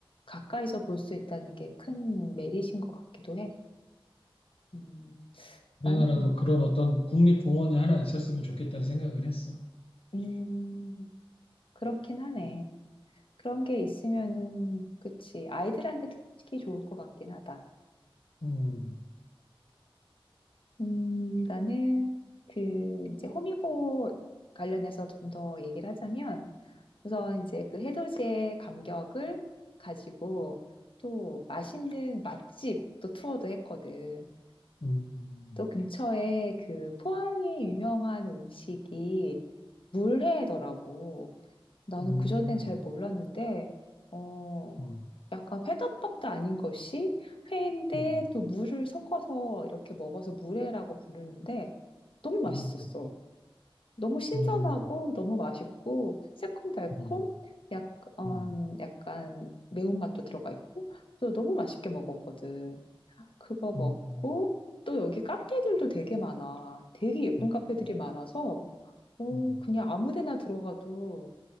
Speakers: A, on the left; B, on the left.
A: 가까이서 볼 수 있다는 게 큰 메리트인 것 같기도 해. 음, 나는,
B: 우리나라도 그런 어떤 국립공원이 하나 있었으면 좋겠다는 생각을 했어.
A: 음, 그렇긴 하네. 그런 게 있으면은, 그치. 아이들한테 특히 좋을 것 같긴 하다.
B: 음,
A: 음, 나는 그 이제 호미곶 관련해서 좀 더 얘기를 하자면 우선 이제 그 해돋이의 감격을 가지고 또 맛있는 맛집 또 투어도 했거든.
B: 음,
A: 또 근처에 그 포항의 유명한 음식이 물회더라고. 나는
B: 음,
A: 그전엔 잘 몰랐는데, 어,
B: 음,
A: 약간 회덮밥도 아닌 것이 회인데
B: 음, 음,
A: 또 물을 섞어서 이렇게 먹어서 물회라고 부르는데 너무 맛있었어.
B: 음,
A: 너무 신선하고
B: 음,
A: 너무 맛있고 새콤달콤
B: 음,
A: 약간,
B: 음,
A: 약간 매운맛도 들어가 있고 그래서 너무 맛있게 먹었거든. 그거 먹고
B: 음,
A: 또 여기 카페들도 되게 많아. 되게 예쁜
B: 음,
A: 카페들이 많아서 어,
B: 음.
A: 그냥 아무 데나 들어가도